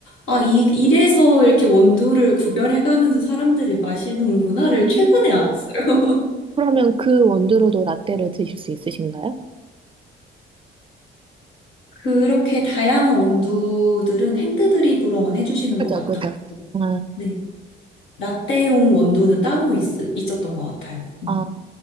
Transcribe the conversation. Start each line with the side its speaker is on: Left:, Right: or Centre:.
Left: 아, 이, 이래서 이렇게 원두를 구별해가면서 사람들이 마시는구나를
Right: 음.
Left: 최근에 알았어요.
Right: 그러면 그 원두로도 라떼를 드실 수 있으신가요?
Left: <laughs> 그렇게 다양한 원두들은 핸드 드립으로만 해주시는
Right: 그죠,
Left: 것 같았고.
Right: 그죠. 아,
Left: 네. 라떼용 원두는 따로 있, 있었던 것 같아요. 음.
Right: 아,